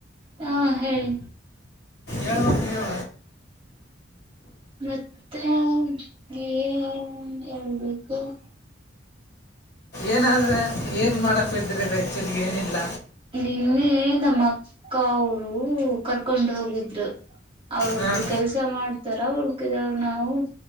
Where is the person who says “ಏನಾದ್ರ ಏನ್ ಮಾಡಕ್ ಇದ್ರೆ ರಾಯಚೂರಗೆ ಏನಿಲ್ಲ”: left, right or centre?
Left